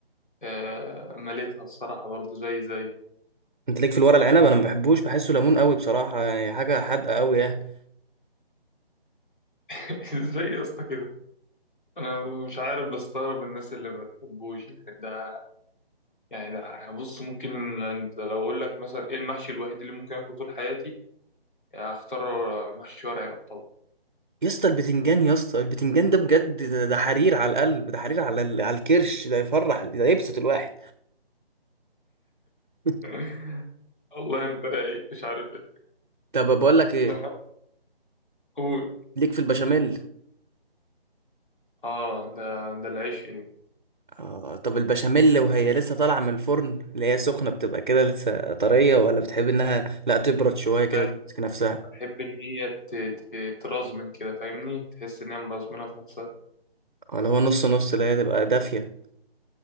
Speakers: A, on the left; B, on the right.
A: آه مليتها الصراحة برضه زي زي
B: انت ليك في الورق العنب انا ما بحبوش بحسه ليمون قوي بصراحه يعني حاجه حادقه قوي يعني
A: <laughs> ازاي يا اسطى كده انا مش عارف بستغرب الناس اللي ما بتحبوش يعني ده يعني ده يعني بص ممكن انت لو اقول لك مثلا ايه المحشي الوحيد اللي ممكن اكله طول حياتي اختار محشي ورق عنب طبعا
B: يا اسطى البتنجان يا اسطى البتنجان ده بجد ده, ده حرير على القلب ده حرير على ال- على الكرش ده يفرح ده يبسط الواحد <laughs>
A: <laughs> والله انت رايق مش عارف ايه
B: طب بقول لك ايه
A: انا قول
B: ليك في البشاميل
A: اه ده ده العيش ايه
B: آه طب البشاميل وهي لسه طالعة من الفرن اللي هي سخنة بتبقى كده لسه طرية ولا بتحب انها لا تبرد شوية
A: لا
B: كده تمسك نفسها
A: بحب ان هي ت- ت- ترزمن كده فاهمني تحس ان هي مرزمنه في نفسها
B: ولا هو نص نص اللي هي تبقى دافية